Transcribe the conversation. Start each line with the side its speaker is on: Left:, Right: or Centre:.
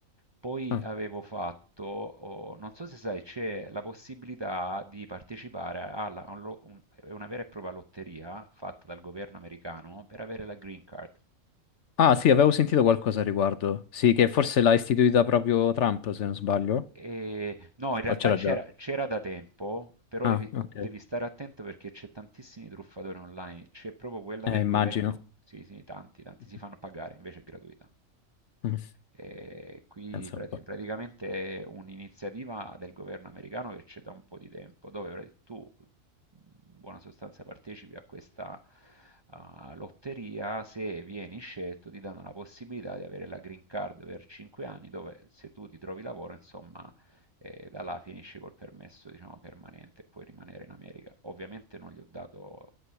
Right: Poi
Left: Ah.
Right: avevo fatto, oh, non so se sai, c'è la possibilità di partecipare alla- a un lo- un- è una vera e propria lotteria fatta dal governo americano per avere la green card.
Left: Ah, sì, avevo sentito qualcosa a riguardo. Sì, che forse l'ha istituita proprio Trump, se non sbaglio.
Right: E- no, in realtà
Left: O c'era
Right: c'era
Left: già? Mm.
Right: c'era da tempo, però
Left: Ah,
Right: devi,
Left: ok.
Right: devi stare attento perché c'è tantissimi truffatori online, c'è proprio quella
Left: Eh,
Right: del
Left: immagino.
Right: governo, sì sì, tanti, tanti
Left: <laughs>
Right: si fanno pagare, invece è gratuita.
Left: Mm.
Right: E qui
Left: Pensa
Right: pra-
Left: un po'.
Right: praticamente è un'iniziativa del governo americano che c'è da un po' di tempo, dove pra- tu in buona sostanza partecipi a questa ah, lotteria, se vieni scelto ti danno la possibilità di avere la green card per 5 anni, dove se tu ti trovi lavoro, insomma, eh, da là finisci col permesso, diciamo, permanente e puoi rimanere in America. Ovviamente non gli ho dato